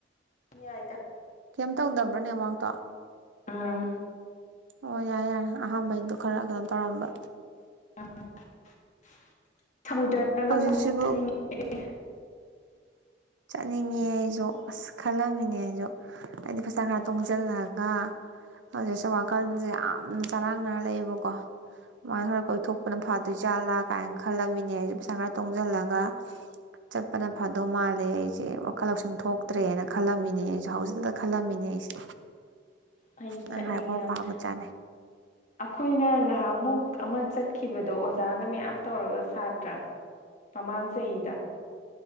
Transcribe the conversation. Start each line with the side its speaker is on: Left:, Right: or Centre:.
Left: ꯉꯥꯏꯗ
Right: ꯀꯩꯝ ꯇꯧꯗꯕ꯭ꯔꯣ ꯅꯦꯠꯋ꯭ꯔꯛꯇꯣ
Left: ꯑꯥ
Right: ꯑꯣ ꯌꯥꯔꯦ ꯌꯥꯔꯦ ꯑꯍꯥꯝꯕꯩꯗꯣ ꯈꯔ ꯀꯩꯅꯣ ꯇꯧꯔꯝꯕ
Left: <unintelligible> ꯁꯃꯨꯗ꯭ꯔꯗꯒ
Right: ꯍꯧꯖꯤꯛꯁꯤꯕꯨ
Left: ꯀꯣꯏ ꯆꯠꯅꯤꯡꯉꯦ
Right: ꯆꯠꯅꯤꯡꯉꯦ ꯑꯩꯁꯨ ꯑꯁ ꯈꯜꯂꯝꯃꯤꯅꯦ ꯑꯩꯁꯨ ꯍꯥꯏꯗꯤ ꯄꯩꯁꯥ ꯈꯔ ꯇꯣꯡꯁꯤꯜꯂꯒ ꯍꯧꯖꯤꯛꯁꯨ ꯋꯥꯈꯜꯁꯦ ꯌꯥꯝꯅ ꯆꯔꯥꯡꯅꯔ ꯂꯩꯌꯦꯕꯀꯣ ꯃꯥꯅ ꯈꯔ ꯀꯣꯏꯊꯣꯛꯄꯅ ꯐꯗꯣꯏꯖꯥꯜꯂꯥ ꯀꯥꯏꯅ ꯈꯜꯂꯝꯃꯤꯅꯦ ꯑꯩꯁꯨ ꯄꯩꯁꯥ ꯈꯔ ꯇꯣꯡꯁꯤꯜꯂꯒ ꯆꯠꯄꯅ ꯐꯥꯗꯧꯃꯥꯜ ꯑꯩꯁꯦ ꯋꯥꯈꯜ ꯂꯧꯁꯤꯡ ꯊꯣꯛꯇ꯭ꯔꯦꯅ ꯈꯜꯂꯝꯃꯤꯅꯦ ꯑꯩꯁꯨ ꯍꯧꯖꯤꯛꯗ ꯈꯜꯂꯝꯃꯤꯅꯦ ꯑꯩꯁꯦ
Left: ꯑꯩꯁꯨ
Right: ꯅꯪ
Left: ꯆꯠꯅꯤꯡꯉꯦ
Right: ꯍꯥꯏꯔꯛꯄ ꯃꯄꯥꯕꯨ
Left: ꯌꯥꯝ
Right: ꯆꯥꯅꯩ
Left: ꯑꯩꯈꯣꯏꯅ ꯉꯍꯥꯃꯨꯛ ꯑꯃ ꯆꯠꯈꯤꯕꯗꯣ ꯑꯣꯖꯥꯒ ꯃꯌꯥꯝ ꯇꯧꯔꯒ ꯁꯥꯇ꯭ꯔ ꯃꯃꯥꯡ ꯆꯍꯤꯗ